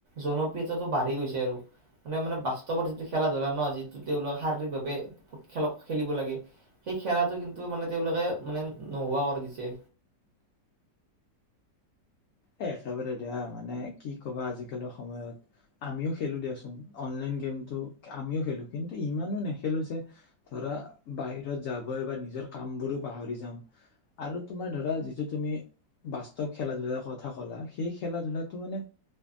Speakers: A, on the right; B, on the left.
A: জনপ্ৰিয়তাটো বাঢ়ি গৈছে আৰু মানে মানে বাস্তৱত যিটো খেলা ধূলা ন যিটো তেওঁলোকে শাৰীৰিকভাৱে খেল খেলিব লাগে সেই খেলাটো কিন্তু মানে তেওঁলোকে মানে নোহোৱা কৰি দিছে
B: এ একেবাৰে দিয়া মানে কি ক'বা আজিকালৰ সময়ত আমিও খেলো দিয়াচোন অনলাইন গেমটো আমিও খেলো কিন্তু ইমানো নেখেলো যে ধৰা বাহিৰত যাব বা নিজৰ কাম বোৰো পাহৰি যাম আৰু তোমাৰ ধৰা যিটো তুমি বাস্তৱ খেলা ধূলাৰ ক কা সেই খেলা-ধূলাতটো মানে